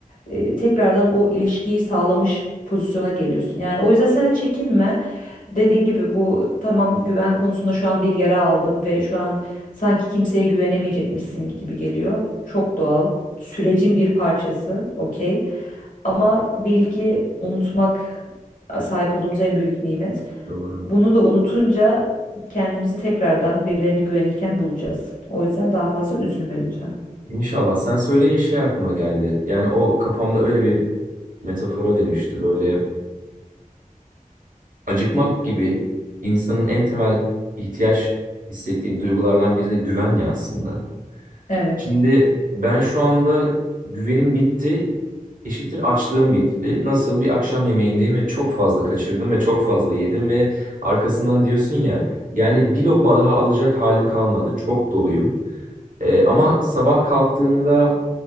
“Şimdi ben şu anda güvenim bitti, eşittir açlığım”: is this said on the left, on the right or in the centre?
Right